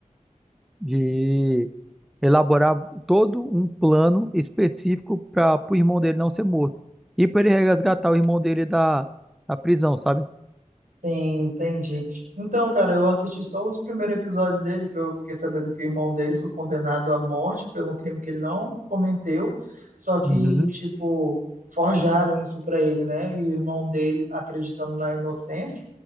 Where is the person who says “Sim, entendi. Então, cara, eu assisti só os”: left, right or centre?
Right